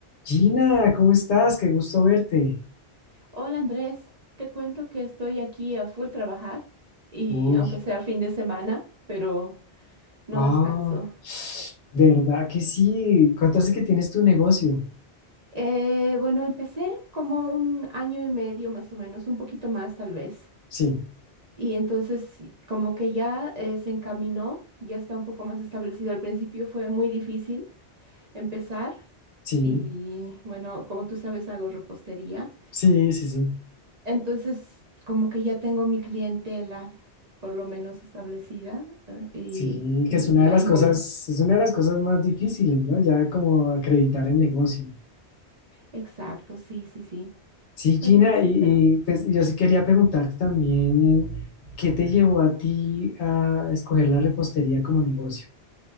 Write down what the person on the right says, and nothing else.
Hola Andrés, te cuento que estoy aquí a full trabajar y
aunque sea fin de semana, pero no
descanso.
Eh, bueno, empecé como un año y medio más o menos, un poquito más tal vez.
Y entonces sí, como que ya eh, se encaminó, ya está un poco más establecido. Al principio fue muy difícil empezar
y bueno, como tú sabes, hago repostería.
Entonces, como que ya tengo mi clientela por lo menos establecida eh, y,
y-
y
ahí
voy.
Exacto, sí, sí, sí.
Fue
difícil,
pero